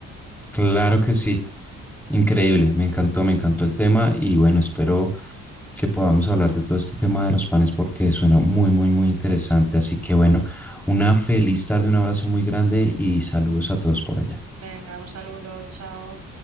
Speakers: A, in the centre; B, on the right.
A: Claro que sí. Increíble. Me encantó, me encantó el tema y bueno, espero que podamos hablar de todo este tema de los panes porque suena muy, muy, muy interesante. Así que bueno, una feliz tarde, un abrazo muy grande y saludos a todos por allá.
B: Venga, un saludo, chao.